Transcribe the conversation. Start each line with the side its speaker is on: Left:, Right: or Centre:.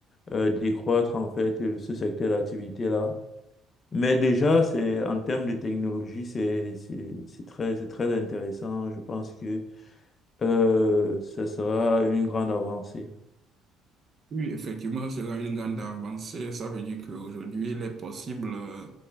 Left: euh, décroître en fait euh, ce secteur d'activité-là. Mais déjà, c'est en termes de technologie, c'est c'est c'est très c'est très intéressant. Je pense que euh, ça sera une grande avancée.
Right: Oui, effectivement, ce sera une grande avancée. Ça veut dire qu'aujourd'hui, il est possible euh,